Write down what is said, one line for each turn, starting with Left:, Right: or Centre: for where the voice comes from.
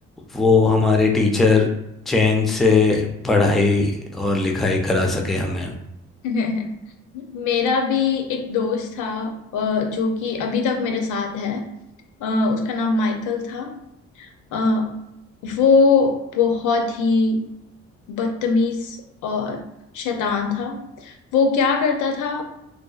Centre: वो हमारे टीचर चैन से पढ़ाई और लिखाई करा सके हमें
Left: <laughs> मेरा भी एक दोस्त था अ, जो कि अभी तक मेरे साथ है अ, उसका नाम माइकल था आ, वो बहुत ही बदतमीज और शैतान था वो क्या करता था